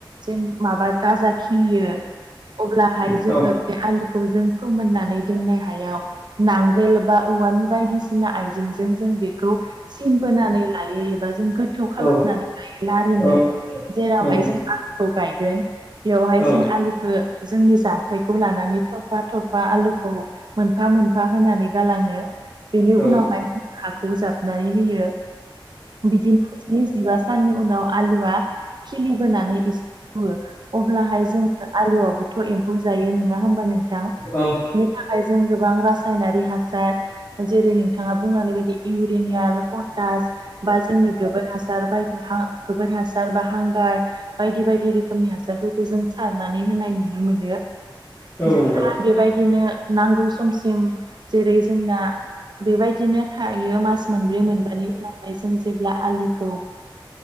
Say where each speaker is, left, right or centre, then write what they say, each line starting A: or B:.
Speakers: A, on the right; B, on the left.
A: जेन माबा गाजा खिलियो अब्लाहाय जोङो
B: औ
A: बे आलुखौ जों फोमोननानै दोननाय हायाव नांगोल बा औवानि बायदिसिना आइजेंजों जों बेखौ सिन बोनानै लायो एबा जों थौ खालामनानै
B: औ
A: लायो लारिङै
B: औ
A: जेरावहाय
B: औ
A: जों आलुखौ गायगोन बेवहाय
B: औ
A: जों आलुखौ जोंनि जानथायखौ लानानै थरफा थरफा आलुखौ मोनफा मोनफा होनानै गालाङो बेनि
B: औ
A: उनावहाय हाखौबो जाबनानै होयो बिदिनो जिबा साननि उनाव आलुआ खिलिबोनानै एसे जौवो अब्लाहाय जों आलुआवबोथ' एम्फौ जायो नोङा होमबा नोंथां
B: औ
A: बेनि थाखाय जों गोबां रासायनारि हासार जेरै नोंथाङा बुंलांनाय बायदि इउरिनियाल पटास बा जोंनि गोबोर हासार बायदि हा गोबोर हासार बा हांगार बायदि बायदि रोखोमनि हासारफोरखौ जों सारनानै होनाय नुनो मोनो
B: नोंथां
A: जेब्ला बेबायदिनो नांगौ समसिम जेरै जोंना बेबायदिनो थायो मास मोनब्रै मोनबानि उनावहाय जों जेब्ला आलुखौ